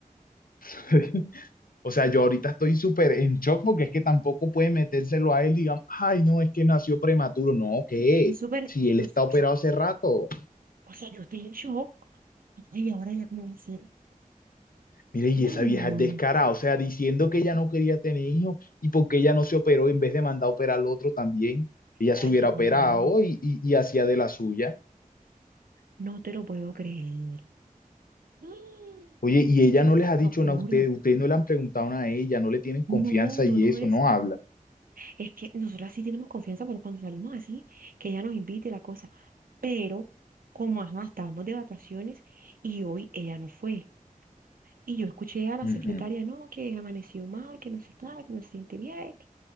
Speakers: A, on the left (about 80°); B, on the right (about 80°).
A: <laughs> O sea, yo ahorita estoy súper en shock porque es que tampoco puede metérselo a él, digamos, ay, no, es que nació prematuro. No, ¿qué?
B: Yo Estoy súper,
A: Si él
B: yo-
A: está
B: o sea,
A: operado hace rato.
B: o sea, yo estoy en shock. Ay, ahora ya cómo va a ser.
A: Mire, y esa
B: Ay, no.
A: vieja es descarada, o sea, diciendo que ella no quería tener hijos y porque ella no se operó en vez de mandar a operar al otro también, ella
B: Ay,
A: se hubiera
B: no.
A: operado y, y, y hacía de la suya.
B: No te lo puedo creer. <gasps>
A: Oye, y ella no les
B: Mm,
A: ha dicho
B: Locura.
A: nada a ustedes, ustedes no le han preguntado nada a ella, no le tienen confianza
B: No, tú
A: y
B: no
A: eso,
B: ves.
A: no habla.
B: Es que nosotras sí tenemos confianza por cuando salimos así, que ella nos invite la cosa. Pero, como ajá, estábamos de vacaciones y hoy ella no fue. Y yo escuché a la
A: Ujú.
B: secretaria,
A: <gasps>
B: no, que amaneció mal, que no sé nada, que no se siente bien.